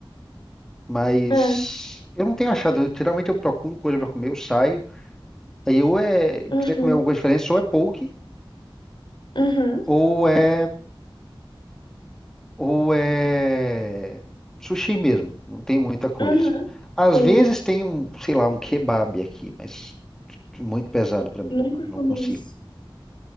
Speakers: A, in the centre; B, on the left.
A: mas
B: É,
A: eu não tenho achado. Eu, geralmente eu procuro coisa para comer, eu saio. Aí ou é,
B: uhum,
A: quiser comer alguma coisa diferente, ou é poke,
B: uhum,
A: ou é, ou é sushi mesmo. Não tem muita coisa.
B: uhum.
A: Às
B: Sim,
A: vezes tem um, sei lá, um kebab aqui, mas muito pesado pra mim.
B: nunca
A: Eu
B: comi
A: não consigo.
B: isso.